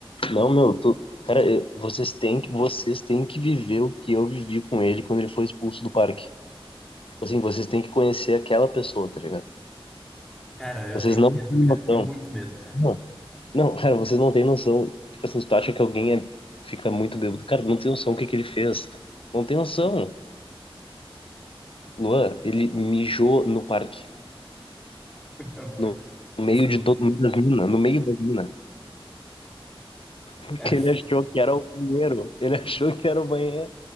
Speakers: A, on the left (about 65°); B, in the centre.
A: Não, meu, tu, cara, eu- vocês têm que, vocês têm que viver o que eu vivi com ele quando ele foi expulso do parque. Tipo Assim, vocês têm que conhecer aquela pessoa, tá ligado?
B: Cara, eu
A: Vocês
B: tenho
A: não
B: medo,
A: têm
B: cara.
A: noção.
B: Tenho muito medo, velho.
A: Não, não, cara, vocês não têm noção. Tipo assim, tu acha que alguém é, fica muito bêbado. Cara, não tem noção o que que ele fez. Não tem noção. Luan, ele mijou no parque.
B: <laughs>
A: No meio
B: Sei lá.
A: de todo mundo das minas. No meio das minas. Porque
B: Cara,
A: ele achou que era o banheiro. Ele achou que era o banheiro.